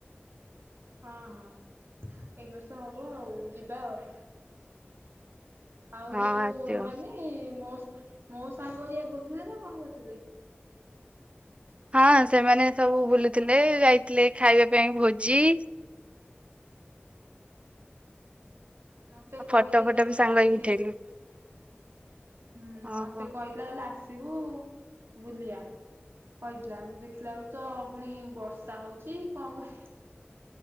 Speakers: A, on the right (about 75°); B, on the right (about 30°).
A: ହଁ ହଁ ଏଇ ବର୍ଷ ହବ ଆଉ ଯିବା ଆଉ। ଆଉ
B: ହଁ
A: ଯୋଉ
B: ଆସିବ
A: ଏମାନେ ମୋ ମୋ ସାଙ୍ଗ ଘରିକା ବୁଲୁଥିଲେ ନା କଣ କରୁଥିଲେ।
B: ହଁ ସେମାନେ ସବୁ ବୁଲୁଥିଲେ ଯାଇଥିଲେ ଖାଇବା ପାଇଁ ଭୋଜି।
A: ହୁଁ ମତେ
B: ଆଉ
A: କହିଥିଲା
B: ଫଟୋ ଫଟୋ ବି
A: କହିଲା
B: ସାଙ୍ଗ ହେଇକି
A: ଆସିବୁ।
B: ଉଠେଇଲୁ
A: ହୁଁ
B: ଓହୋ।
A: ମତେ କହିଥିଲା କହିଲା ଆସିବୁ ବୁଲିବା। କହିଥିଲା ଦେଖିଲା ବେଳକୁ ତ ଫୁଣି ବର୍ଷା ହଉଚି କଣ କ